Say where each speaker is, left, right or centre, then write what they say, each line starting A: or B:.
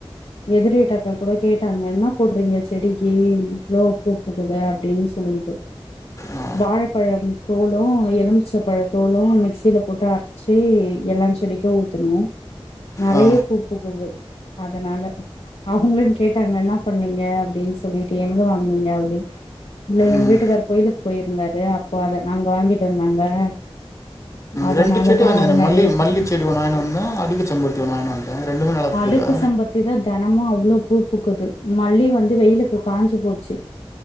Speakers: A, on the left (about 75°); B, on the left (about 30°).
A: எதிர் வீட்டு அக்கா கூட கேட்டாங்க என்ன போட்றீங்க செடிக்கு இவ்ளோ பூ பூக்குது அப்டீன் சொல்லிட்டு
B: ஆ
A: வாழப்பழம் தோலும் எலுமிச்ச பழதோலும் மிக்சியில போட்டு அரைச்சி எல்லா செடிக்கும் ஊத்துனும் நிறைய
B: ஆ
A: பூ பூக்குது அதனால அவுங்களு கேட்டாங்க என்ன பண்ணிங்க அப்படின்னு சொல்லிட்டு எங்க வாங்னிங்க அப்டினு இல்ல எங்க
B: ம்
A: வீட்டுக்காரு கோயிலுக்கு போயிருந்தாரு அப்போ அத அங்க வாங்கிட்டு வந்தாங்க அதனாலதா
B: ரெண்டு செடி வாங்கி
A: அது
B: வந்தேனே
A: நெறைய
B: மல்லி
A: பூக்குது
B: மல்லி செடி ஒன்னு வாங்கினு வந்தே அடுக்கு செம்பருத்தி ஒன்னு வந்தே ரெண்டுமே நல்லா பூக்குதா
A: அடுக்கு செம்பருத்தி தா தெனமும் அவ்ளோ பூ பூக்குது மல்லி வந்து வெயிலுக்கு காஞ்சி போச்சி